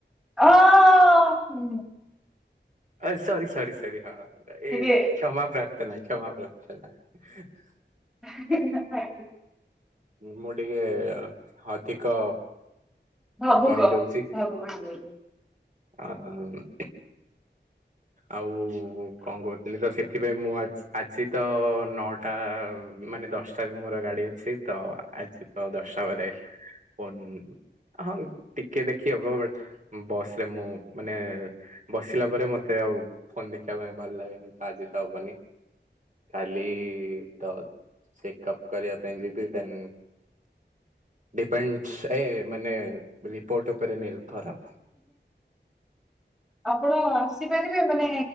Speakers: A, in the centre; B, on the right (about 45°).
A: ଅ ହୁଁ
B: ଆ ସର ସରି, ସରି, ହଁ ଏ
A: ଟିକେ
B: କ୍ଷମା ପ୍ରାର୍ଥନା କ୍ଷମା ପ୍ରା <unintelligible>
A: <unintelligible>
B: ମୁଁ ଟିକେ ଅଧିକ
A: ଭାବୁକ
B: କହିଦଉଚି।
A: ଭାବୁକ ହେଇଯାଉଛି।
B: ଆ ଉଁ। ଆଉ କଣ କହୁଥିଲି ତ ସେଥିପାଇଁ ମୁଁ ଆଜି ଆଜି ତ ନଅଟା ମାନେ ଦଶଟାରେ ମୋର ଗାଡ଼ି ଅଛି ତ ଆଜି ହ ଦଶ୍ଟା ମାନେ ଫୋନ୍ ହଁ ଟିକେ ଦେଖି ହବ ବଟ୍ ବସ ରେ ମୁଁ ମାନେ ବସିଲା ପରେ ମ ମତେ ଆଉ ଫୋନ ଦେଖିବା ପାଇଁ ଭଲ ଲାଗେନି ତ ଆଜି ତ ହବନି। କାଲି ତ ଚେକ ଅପ କରିବା ପାଇଁ ଯିବି ଦେନ୍ ଡିପେଣ୍ଡସ ଏ ମାନେ ରିପୋର୍ଟ ଉପରେ ନିର୍ଭର।
A: ଆପଣ ଆସିପାରିବେ ମାନେ